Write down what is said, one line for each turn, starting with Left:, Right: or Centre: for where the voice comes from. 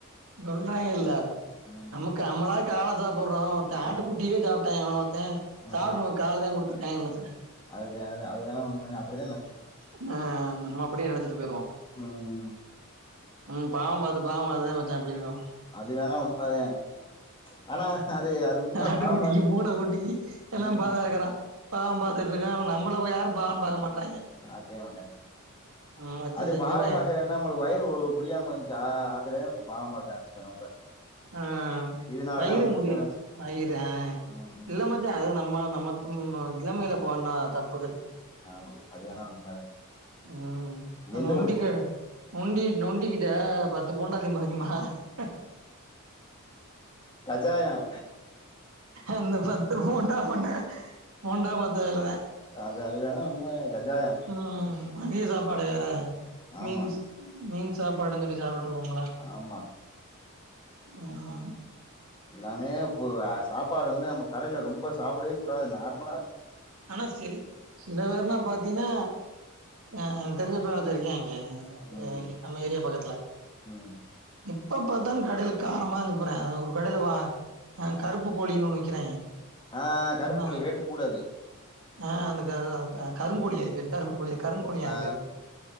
Right: சொல்றாங்கெல்ல
Left: ம்
Right: நமக்கு அம்மளா கால சாப் புர்றா ஒருத்த ஆட்டு
Left: ஆ
Right: குட் டி‌ சாப்டா எவனோ ஒரு த்தே சாப்ட்டு
Left: ஆ
Right: ஒனக்கு காலதா குடுத்திருக்காங்கன் நெனச்சுக்க
Left: அதுதா அது அது வேணா உண்மதா அப்டிதா நெனச்சுக்கணு
Right: ஆ நம்ம அப்பிடியே நெனச்சிட்டு போயிடுவோ
Left: ம்
Right: ம் பாவம் பாத்து பாவம் பாத்துதே மச்சா இப்டி இருக்கோ
Left: அது வேணா உண்மதே ஆனா அது அது உண்ம
Right: ஆட்டுக்குட்டிக்கு
Left: பாவம் பாத்து
Right: பூன குட்டிக்கு எல்லாம்
Left: ஆ
Right: பாதுகாக்கறான் பாவம் பாத்துட்ருக்கா ஆனா நம்மள ப யாரு பாவம் பாக்க மாட்றாய்ங்க
Left: பாக்கவே மாட்டாய்ங்க
Right: ம் வச்சு
Left: அது
Right: செஞ்சிருவாய்ங்க
Left: பாவம் பாக்குற என்ன நம்மளு வயிறு முடியாம வன்ச்சா அதுல நம்ம பாவம் பாக்க ஆரம்பிச்ச ரொம்ப
Right: ஆ
Left: இதனாலதா
Right: தயிரு
Left: வந்துச்சோ
Right: முடிய வயிறு ஆ
Left: ம்
Right: இல்ல மச்சா அது நம்ம நம்ம திம் அ இளமைல பண்ண ப்புகள்
Left: ஆமா அது வேணா உண்மதா
Right: ம் அ
Left: எந்த
Right: நொண்டிக்கர
Left: ஒரு பொ
Right: நொண்டி நொண்டிக்கிட்ட பத்து போண்டா திம்பா <unintelligible>
Left: கஜாயம்
Right: அந்த பத்து போண்டா பண்ண போண்டா பாத்த வேலதே
Left: அது அது வேணா உண்ம கஜாயம்
Right: ம் மதிய சாப்பாடு
Left: ம்
Right: வேற
Left: ஆமா
Right: மீன்ஸ் மீன்ஸ் சாப்பாடுன்‌ சொல்லி சாப் ட்ருப்போம்ல
Left: ஆமா
Right: ம் ம்
Left: எல்லாமே ஃபு சாப்பாடு வந்து நம்ம கடைல ரொம்ப சாப்புடவே கூடாது நார்மலாவெ
Right: ஆனா செரி சில பேர்னா பாத்தீன்னா ஆ தெரிஞ்ச பய ஒருத்தெ இருக்கா இங்க ஆ இந்த
Left: ம்
Right: இ நம்ம ஏரியா பக்கத்துல
Left: ம்
Right: எப்ப பாத்தாலு கடைல காரமா இருக்கு பாரே ஒரு கடைல வா ஆ கருப்பு கோழின்னு ஒன்னு விக்கிறாய்ங்க
Left: ஆ கருப்புக்
Right: என்ன
Left: கோழி ரேட்டு கூட அது
Right: ஆ அந்த க அதுதா கருங்கோழி அதுக்கு பேரு கருப்புக்கோழி கருங்கோழியா அதுக்கு
Left: ஆ
Right: பேரு